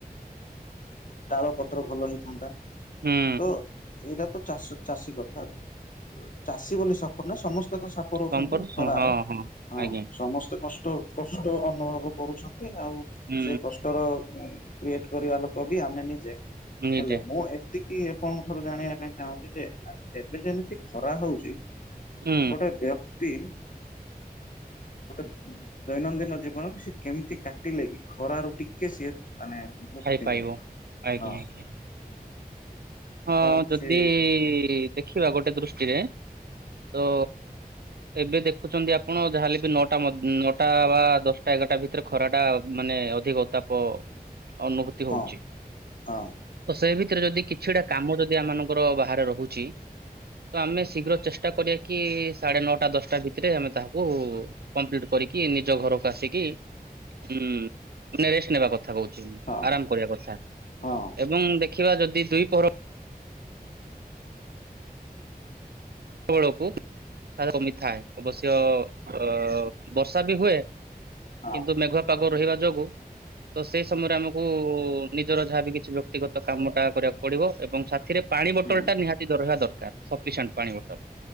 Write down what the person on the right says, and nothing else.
ହୁଁ
ସମ୍ପର୍କ ସମ-
ହଁ
ଆଜ୍ଞା
ହୁଁ
ନିଜେ
ହୁଁ
ଖାଇପାରିବ
ଆଜ୍ଞା
ଆଜ୍ଞା। ହଁ
ଯଦି
ଦେଖିବା ଗୋଟେ ଦୃଷ୍ଟିରେ ତ ଏବେ ଦେଖୁଛନ୍ତି ଆପଣ ଯାହାେଲେ ବି ନଅଟା ମ-ନଅଟା ବା ଦଶଟା ଏଗାରଟା ଭିତରେ ଖରାଟା ମାନେ ଅଧିକ ତାପ ଅନୁଭୂତି ହଉଛି
ତ ସେ ଭିତରେ ଯଦି କିଛିଟା କାମ ଯଦି ଆମମାନଙ୍କୁ କର ବାହାରେ ରହୁଛି, ତ ଆମେ ଶୀଘ୍ର ଚେଷ୍ଟା କରିବା କି, ସାଢେ ନଅଟା ଦଶଟା ଭିତରେ ଆମେ ତାହାକୁ କମ୍ପ୍ଲିଟ କରି କି ନିଜ ଘରକୁ ଆସିକି ଉଁ ରେଷ୍ଟ ନେବା କଥା କହୁ ଚି
ଆରାମ କରିବା କଥା।
ଏବଂ, ଦେଖିବା ଯଦି ଦୁଇ ପହର ବେଳକୁ <unintelligible> କମିଥାଏ, ଅବଶ୍ୟ ଅ ବର୍ଷା ବି ହୁଏ
କିନ୍ତୁ ମେଘୁଆ ପାଗ ରହିବା ଯୋଗୁ ତ ସେଇ ସମୟରେ ଆମକୁ କୁ ନିଜର ଯାହାବ କିଛି ବ୍ୟକ୍ତିଗତ କାମ ଟା କରିବାକୁ ପଡିବ। ଏବଂ ସାଥିରେ ପାଣି ବୋଟଲ
ଟା ନିହାତି ଦରହିବା। ଦରକାର ସଫିସେଣ୍ଟ ପାଣି ବୋ ଟଲ